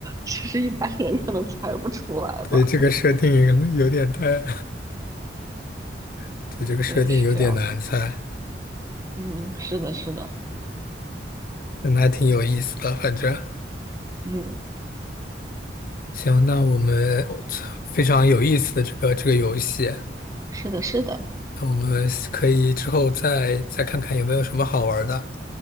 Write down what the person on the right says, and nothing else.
其实一般人可能猜不出来吧。
对，是这样的。嗯，是的，是的，
嗯，
是的，是的。